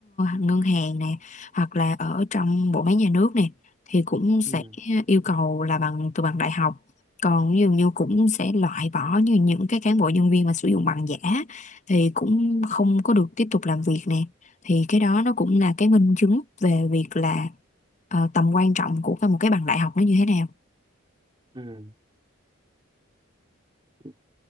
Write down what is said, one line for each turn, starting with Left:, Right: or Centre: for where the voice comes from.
Left: ngân hàng nè hoặc là ở trong bộ máy nhà nước nè thì cũng sẽ
Right: ừ.
Left: yêu cầu là bằng từ bằng đại học còn dường như cũng sẽ loại bỏ như những cái cán bộ nhân viên mà sử dụng bằng giả thì cũng không có được tiếp tục làm việc nè thì cái đó nó cũng là cái minh chứng về việc là ờ, tầm quan trọng của cái một cái bằng đại học nó như thế nào
Right: Ừ. Ừ.